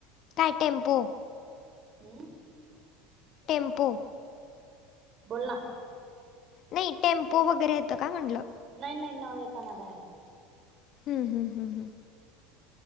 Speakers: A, on the left; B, on the right.
A: काय टेम्पो
B: हम्म.
A: टेम्पु.
B: बोल ना
A: नई, टेम्पो वगैरे येतं का म्हणलं
B: नाई नाई, नळ येतं ना डायरेक्ट
A: हम्म हम्म हू